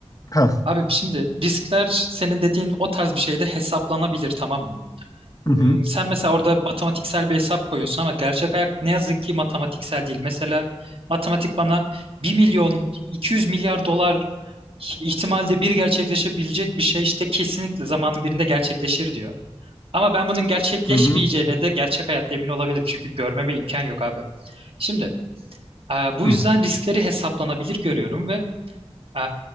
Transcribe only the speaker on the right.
Abi şimdi riskler senin dediğin o tarz bir şeyde hesaplanabilir tamam mı? Hmm,
Sen mesela orada matematiksel bir hesap koyuyorsun ama gerçek hayat ne yazık ki matematiksel değil. Mesela matematik bana bir milyon 200 milyar dolar ihtimalde bir gerçekleşebilecek bir şey işte kesinlikle zamanın birinde gerçekleşir diyor. Ama ben bunun gerçekleşmeyeceğine
de gerçek hayatta emin olabilirim. Çünkü görmeme imkan yok abi. Şimdi e, bu
yüzden riskleri hesaplanabilir görüyorum ve ee,